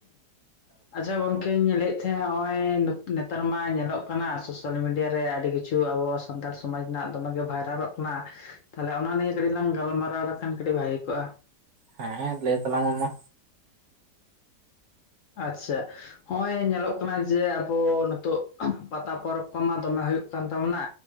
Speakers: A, on the left (about 65°); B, on the right (about 65°).
A: ᱟᱪᱪᱷᱟ ᱜᱚᱝᱠᱮᱼᱼ ᱤᱱᱠᱟᱹᱧ ᱞᱟᱹᱭᱮᱫ ᱛᱟᱦᱮᱸᱜ ᱱᱚᱜ-ᱚᱭ ᱱᱮᱛᱟᱨ ᱢᱟ ᱧᱮᱞᱚᱜ ᱠᱟᱱᱟ ᱥᱳᱥᱟᱞ ᱢᱤᱰᱤᱭᱟ ᱨᱮ ᱟᱹᱰᱤ ᱠᱤᱪᱷᱩ ᱟᱵᱚᱼᱼ ᱥᱟᱱᱛᱟᱲ ᱥᱚᱢᱟᱡᱽ ᱨᱮᱱᱟᱜ ᱫᱚᱢᱮ ᱜᱮ ᱵᱷᱟᱭᱨᱟᱞᱚᱜ ᱠᱟᱱᱟ᱾ ᱛᱟᱦᱚᱞᱮ ᱚᱱᱟ ᱱᱤᱭᱮ ᱠᱟᱹᱴᱤᱡ ᱞᱟᱝ ᱜᱟᱞᱢᱟᱨᱟᱣ ᱞᱮᱠᱷᱟᱱ ᱠᱟᱹᱴᱤᱡ ᱵᱷᱟᱜᱮ ᱠᱚᱜᱼᱟ
B: ᱦᱮᱸ ᱞᱟᱹᱭ ᱛᱟᱞᱟᱝ ᱢᱮ ᱢᱟ
A: ᱟᱪᱪᱷᱟ ᱾ ᱦᱚᱸᱜ-ᱚᱭ ᱧᱮᱞᱚᱜ ᱠᱟᱱᱟ ᱡᱮ ᱟᱵᱚ ᱱᱤᱛᱚᱜ ᱯᱟᱛᱟ ᱯᱚᱨᱚᱵᱽ ᱠᱚᱢᱟ ᱫᱚᱢᱮ ᱦᱩᱭᱩᱜ ᱠᱟᱱ ᱛᱟᱵᱚᱱᱟ,